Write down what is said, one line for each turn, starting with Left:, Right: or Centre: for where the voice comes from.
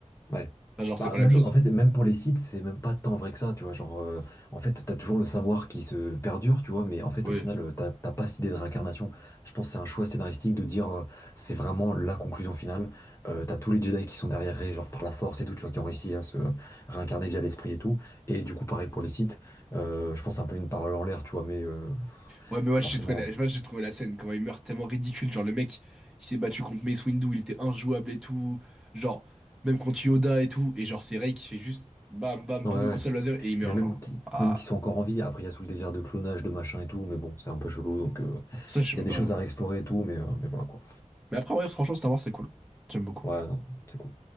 Left: Ouais.
Centre: Enfin, genre, c'est
Left: Bah,
Centre: pas la
Left: même,
Centre: même chose.
Left: en fait, même pour les sites, c'est même pas tant vrai que ça, tu vois. Genre, euh, en fait, t'as toujours le savoir qui se perdure, tu vois, mais en fait,
Centre: Ouais.
Left: au final, euh, t'as t'as pas cette idée de réincarnation. Je pense que c'est un choix scénaristique de dire, euh, c'est vraiment la conclusion finale. Euh, t'as tous les Jedi qui sont derrière Rey, genre par la force et tout, tu vois, qui ont réussi à se réincarner via l'esprit et tout. Et du coup, pareil pour les sites, euh, je pense que c'est un peu une parole en l'air, tu vois, mais euh,
Centre: Ouais, mais ouais,
Left: forcément.
Centre: j'ai trouvé la... je pas, j'ai trouvé la scène, comment il meurt tellement ridicule. Genre, le mec, il s'est battu contre Mace Windu, il était injouable et tout. Genre, même contre Yoda et tout. Et genre, c'est Rey qui fait juste bam, bam,
Left: Ouais,
Centre: double
Left: ouais.
Centre: coup de sabre laser et il meurt,
Left: Mais même
Centre: genre.
Left: qui,
Centre: Ah,
Left: même qu'ils sont encore en vie, après, il y a tout le délire de clonage, de machin et tout, mais bon, c'est un peu chelou, donc. euh,
Centre: ça, je sais
Left: Il
Centre: même
Left: y a des
Centre: pas.
Left: choses à réexplorer et tout, mais, euh, mais voilà quoi.
Centre: Mais après, ouais, franchement, Star Wars, c'est cool. J'aime beaucoup.
Left: Ouais, non, c'est cool.